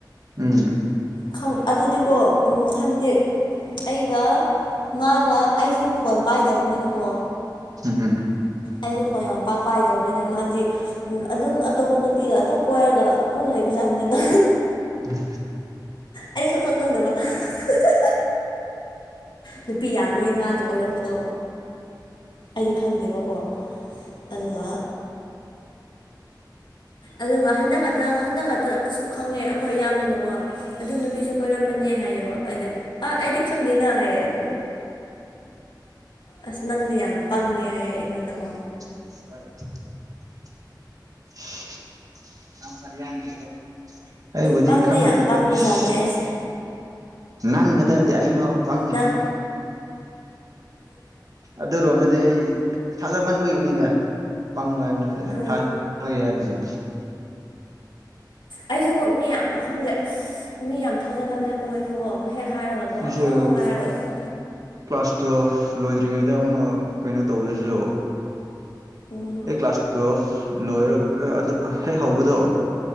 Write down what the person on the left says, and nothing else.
ꯈꯥꯪ ꯑꯗꯨꯗꯤꯀꯣ ꯎꯝ ꯍꯥꯏꯕꯗꯤ ꯑꯩꯒ ꯃꯥꯒ ꯑꯩꯁꯨ ꯐꯣꯟ ꯄꯥꯏꯗꯕꯅꯤꯅ ꯀꯣ
ꯑꯩꯁꯨ ꯐꯤꯟ ꯌꯥꯝ ꯄꯥꯛ ꯄꯥꯏꯗꯕꯅꯤꯅ ꯃꯥꯗꯤ ꯑꯗꯨꯝ ꯑꯇꯣꯞꯄ ꯅꯨꯄꯤꯒ ꯑꯗꯨꯝ ꯀꯣꯏꯔꯒ ꯑꯗꯨꯝ ꯂꯩꯕꯖꯥꯅꯤꯗꯅ
ꯑꯩ ꯁꯨꯝ ꯈꯪ ꯈꯪꯗꯕ ꯍꯥ ꯍꯥꯍꯥ ꯅꯨꯄꯤ ꯌꯥꯝꯃꯤꯍꯦ ꯃꯥꯅ ꯀꯣꯏꯔꯝꯕꯗꯣ ꯑꯩꯗꯤ ꯈꯪꯗꯦꯕꯀꯣ ꯑꯗꯨꯒ ꯑꯗꯨꯒ ꯍꯟꯗꯛ ꯈꯛꯇ ꯍꯟꯗꯛ ꯈꯛꯇ ꯁꯨꯛ ꯈꯪꯉꯦ ꯑꯩꯈꯣꯏ ꯏꯌꯥꯝꯕꯅ ꯑꯣ ꯑꯗꯨ ꯅꯨꯄꯤꯁꯨ ꯀꯣꯏꯔꯝꯕꯅꯦ ꯍꯥꯏꯌꯦꯕ ꯑꯗ꯫ ꯑꯥ ꯑꯩꯗꯤ ꯈꯪꯗꯦꯅ ꯍꯥꯏꯌꯦ ꯑꯗꯨ ꯑꯁ ꯅꯪꯁꯦ ꯌꯥꯝ ꯄꯪꯉꯦ ꯍꯥꯏꯌꯦ꯫ ꯑꯩꯉꯣꯟꯗꯀꯣ
ꯄꯪꯗꯤ
ꯌꯥꯝ ꯄꯪꯕꯖꯥꯠꯅꯦ
ꯑꯩꯁꯦ
ꯅꯪ
ꯎꯝ
ꯑꯩꯁꯨꯀꯣ ꯃꯤ ꯌꯥꯝ ꯈꯪꯗꯦ ꯢꯁ ꯃꯤ ꯌꯥꯝ ꯊꯥꯖꯒꯜꯂꯦꯕꯀꯣ ꯑꯩꯁꯨꯀꯣ ꯍꯦꯛ ꯍꯥꯏꯔꯒꯀꯣ
ꯑꯧ ꯍꯥꯏꯔꯒ ꯑꯗꯨꯝ
ꯎꯝ